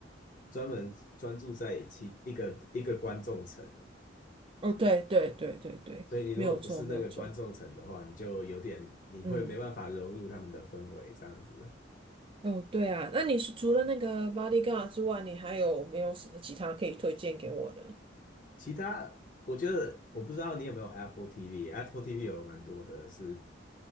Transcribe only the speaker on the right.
哦，对对对对对，
没有错，没有错。
嗯，哦，对啊，那你是除了那个 Bodyguard 之外，你还有没有什么其他可以推荐给我的？